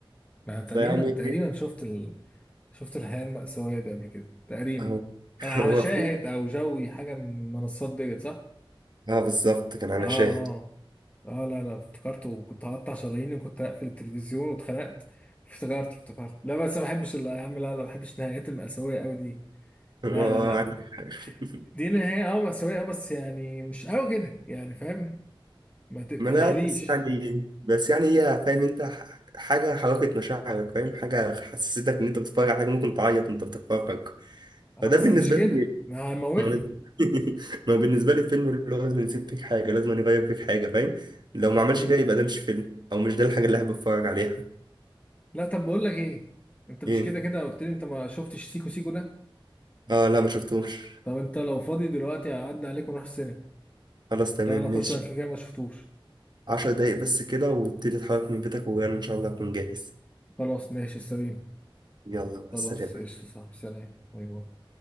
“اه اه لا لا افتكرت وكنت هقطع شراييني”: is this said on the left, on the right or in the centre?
Left